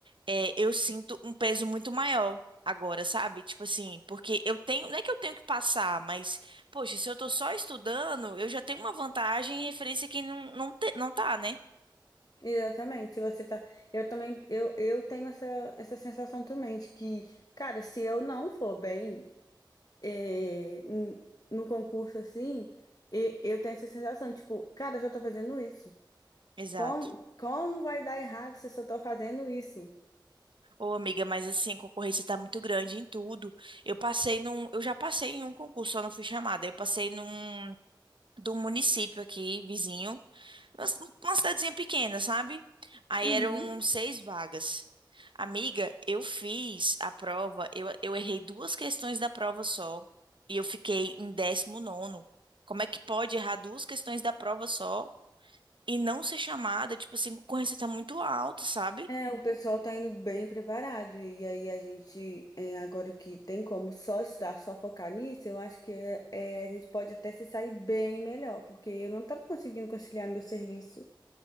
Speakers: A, on the right; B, on the left.
A: é, eu sinto um peso muito maior. Agora, sabe? Tipo assim, porque eu tenho, não é que eu tenho que passar, mas, poxa, se eu tô só estudando, eu já tenho uma vantagem em referência a quem não, não, te- não tá, né?
B: Exatamente, se você tá. Eu também, eu, eu tenho essa, essa sensação também de que, cara, se eu não for bem eh, n- no concurso assim, eu, eu tenho essa sensação, tipo, cara, eu só tô fazendo isso.
A: Exato.
B: Como, como vai dar errado se eu só tô fazendo isso?
A: Ô, amiga, mas assim, a concorrência tá muito grande em tudo. Eu passei num, eu já passei em um concurso, só não fui chamada. Eu passei num do município aqui, vizinho, uma c- uma cidadezinha pequena, sabe? Aí
B: Uhum.
A: eram seis vagas. Amiga, eu fiz a prova, eu, eu errei duas questões da prova só, e eu fiquei em décimo nono. Como é que pode errar duas questões da prova só e não ser chamada? Tipo assim, a concorrência tá muito alta, sabe?
B: É, o pessoal tá indo bem preparado. E aí a gente, é, agora que tem como só estudar, só focar nisso, eu acho que é, é, a gente pode até se sair bem melhor, porque eu não tava conseguindo conciliar meu serviço